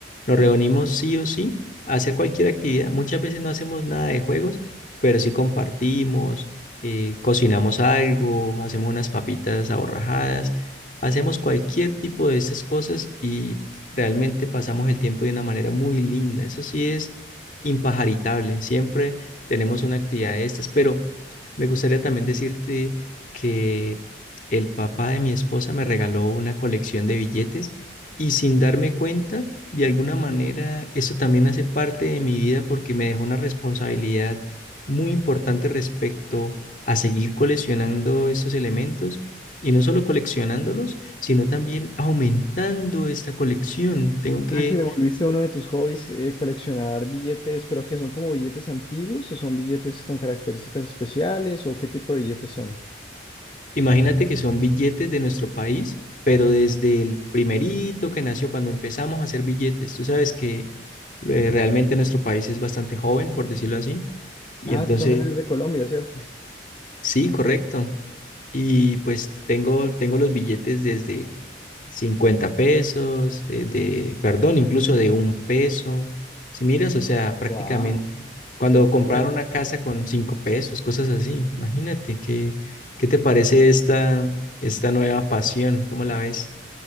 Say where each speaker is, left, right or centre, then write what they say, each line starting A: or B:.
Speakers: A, on the left; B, on the left.
A: Nos reunimos sí o sí a hacer cualquier actividad. Muchas veces no hacemos nada de juegos, pero sí compartimos, eh, cocinamos algo, hacemos unas papitas aborrajadas, hacemos cualquier tipo de estas cosas y realmente pasamos el tiempo de una manera muy linda. Eso sí es impajaritable. Siempre tenemos una actividad de estas, pero me gustaría también decirte que el papá de mi esposa me regaló una colección de billetes y sin darme cuenta, de alguna manera, eso también hace parte de mi vida porque me dejó una responsabilidad muy importante respecto a seguir coleccionando estos elementos y no solo coleccionándolos, sino también aumentando esta colección. Tengo que,
B: sea que devolviste uno de tus hobbies, eh, coleccionar billetes, pero que son como billetes antiguos o son billetes con características especiales o qué tipo de billetes son.
A: imagínate que son billetes de nuestro país. Pero desde el primerito que nació, cuando empezamos a hacer billetes, tú sabes que Eh, realmente nuestro país es bastante joven, por decirlo así. Y
B: Ah,
A: entonces,
B: tú también eres de Colombia, ¿cierto?
A: sí, correcto. Y pues tengo, tengo los billetes desde 50 pesos, eh, de, perdón, incluso de un peso. Si miras, o sea, prácticamente
B: Wow,
A: cuando
B: súper antiguo.
A: compraron una casa con cinco pesos, cosas así. Imagínate, ¿qué, qué te parece esta, esta nueva pasión? ¿Cómo la ves?